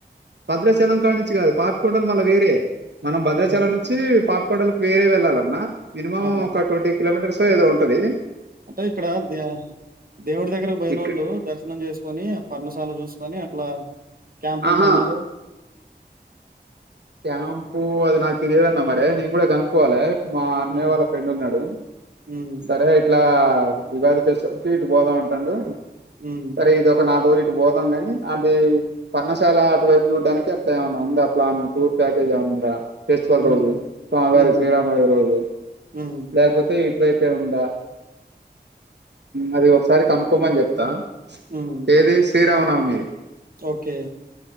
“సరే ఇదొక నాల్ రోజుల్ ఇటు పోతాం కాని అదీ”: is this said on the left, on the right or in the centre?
Right